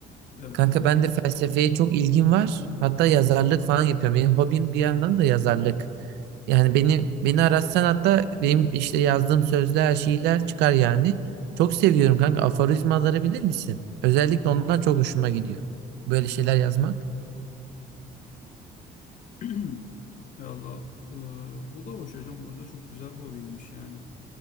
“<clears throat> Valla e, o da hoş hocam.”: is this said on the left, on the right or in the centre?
Left